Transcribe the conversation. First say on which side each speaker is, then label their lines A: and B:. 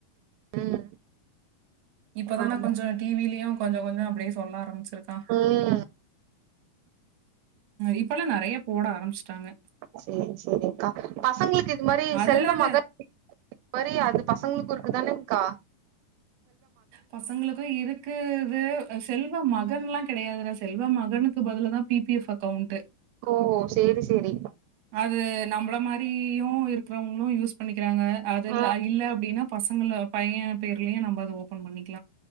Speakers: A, on the right; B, on the right.
A: ம்
B: இப்பதானே
A: ஆமா
B: கொஞ்ச டிவிலயும் கொஞ்ச கொஞ்சம் அப்டியே சொல்ல ஆரம்பிச்சிருக்கான்
A: ம்
B: இப்ப எல்லாம் நெறைய போட ஆரம்பிச்சுட்டாங்க
A: செரி செரிங்க அக்கா பசங்களுக்கு இது மாரி
B: அதுலத
A: செல்வ மகள் மரி அது பசங்களுக்கு இருக்குதானே க்கா
B: பசங்களுக்கு இரு க்குது செல்வ மகன்ல்லா கிடையாதுட செல்வ மகனுக்கு பதில தான் பி பி எஃப் அக்கௌண்ட்
A: ஓ சேரி சேரி
B: அது நம்மள மாரியும் இருக்கிறவங்களும் யூஸ் பண்ணிக்கிறாங்க அதுல்ல
A: ஆ
B: இல்ல அப்டின்னா பசங்க பையன் பேர்லயும் நம்ம அத ஓப்பன் பண்ணிக்கலாம்.